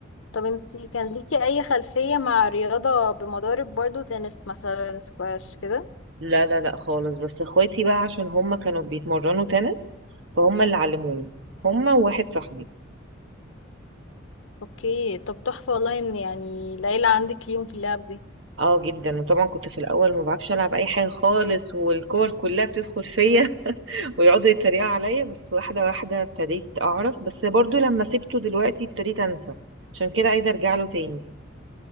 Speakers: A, on the left (about 80°); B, on the right (about 65°).
A: طب انتي كان ليكي اي خلفية مع رياضة بمضارب برضو تنس مثلا سكواش كده
B: لا لا لا خالص بس اخواتي بقى عشان هم كانوا بيتمرنوا تنس فهم اللي علموني هم وواحد صاحبي
A: اوكي طب تحفة والله ان يعني العيلة عندك ليهم في اللعب دي
B: اه جدا وطبعا كنت في الاول ما بعرفش العب اي حاجه خالص والكور كلها بتدخل فيا <laughs> ويقعدوا يتريقوا عليا بس واحده واحده ابتديت اعرف بس برضو لما سبته دلوقتي ابتديت انسى عشان كده عايزه ارجع له تاني